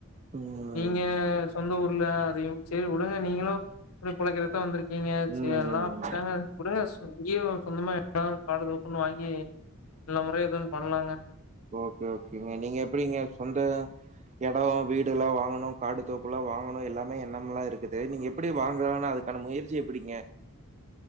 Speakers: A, on the right (about 30°); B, on the left (about 80°).
A: ம்.
B: நீங்க சொந்த ஊ நல்லா அதையும் சேர் உடுங்க நீங்களும் பொழக்கிறதுக்குதா வந்துரி ங்க சல்லாம்
A: ம்.
B: அப்படித்தாங்க வுடுங்க இங்கேயு சொந்தமா எப்படினாவது காடு தோப்புன்னு வாங்கி எல்லா முறையும் எதோ ஒன்னு பண்லாங்க
A: ஓகே ஓகேங்க நீங்க எப்படிங்க சொந்த எடோ வீடு ல்லாம் வாங்கணு காடு தோப்பு ல்லாம் வாங்கணு எல்லாமே எண்ணமெல்லா ருக்குது நீங்க எப்படி வாங்கலான்னு அதுக்கான முயற்சி எப்பிடிங்க